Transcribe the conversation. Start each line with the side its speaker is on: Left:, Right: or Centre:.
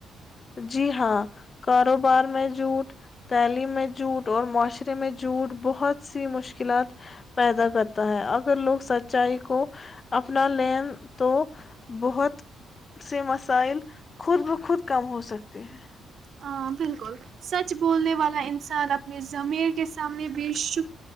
Left: جی ہاں کاروبار میں جھوٹ تعلیم میں جھوٹ اور معاشرے میں جھوٹ بہت سی مشکلات پیدا کرتا ہے اگر لوگ سچائی کو اپنا لین تو بہت سے مسائل خود ب خود کم ہو سکتی ہیں
Right: ہ بالکل سچ بولنے والا انسان اپنی ضمیر کے سامنے بھی ش